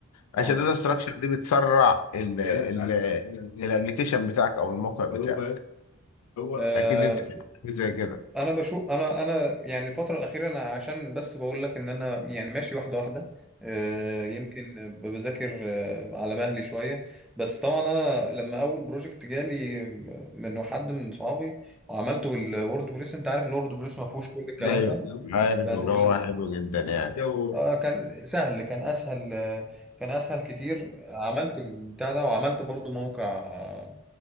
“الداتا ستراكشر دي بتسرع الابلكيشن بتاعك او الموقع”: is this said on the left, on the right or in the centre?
Left